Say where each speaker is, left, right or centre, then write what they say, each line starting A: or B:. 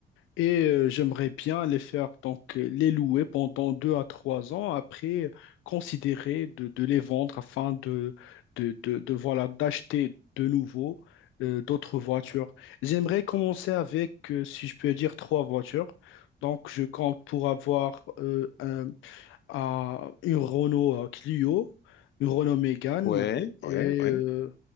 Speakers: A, on the left; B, on the left.
A: Et euh, j'aimerais bien les faire, donc euh, les louer pendant deux à trois ans, après euh, considérer de, de les vendre afin de, de, de, de, voilà, d'acheter de nouveau euh, d'autres voitures. J'aimerais commencer avec, euh, si je peux dire, trois voitures. Donc je compte pour avoir euh, un, à une Renault euh, Clio, une Renault Mégane
B: Ouais,
A: et
B: ouais, ouais.
A: euh,